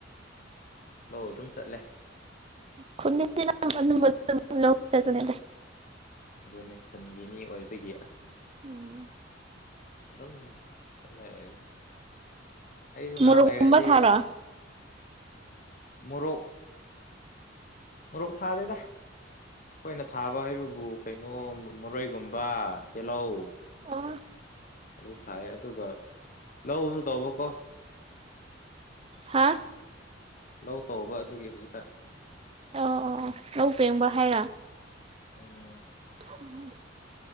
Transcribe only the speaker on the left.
ꯂꯧ ꯑꯗꯨꯝ ꯆꯠꯂꯦ
ꯑꯗꯨꯅꯤ ꯈꯨꯟꯒꯤ ꯃꯤ ꯑꯣꯏꯕꯒꯤ ꯑꯁ
ꯑꯗꯨꯝ ꯂꯩ ꯂꯩ ꯂꯩ ꯑꯩꯁꯨ ꯉꯥꯏꯍꯥꯛ
ꯂꯩꯔꯗꯤ
ꯑꯁ ꯃꯣꯔꯣꯛ ꯃꯔꯨꯛ ꯊꯥꯗꯗ ꯑꯩꯈꯣꯏꯅ ꯊꯥꯕ ꯍꯥꯏꯕꯕꯨ ꯀꯩꯅꯣ ꯃꯣꯏꯒꯨꯝꯕ ꯇꯤꯍꯧ
ꯑꯗꯨ ꯊꯥꯏ ꯑꯗꯨꯒ ꯂꯧꯁꯨ ꯇꯧꯕꯀꯣ
ꯂꯧ ꯇꯧꯕ ꯑꯗꯨꯒꯤ ꯍꯧꯖꯤꯛꯀ
ꯎꯝ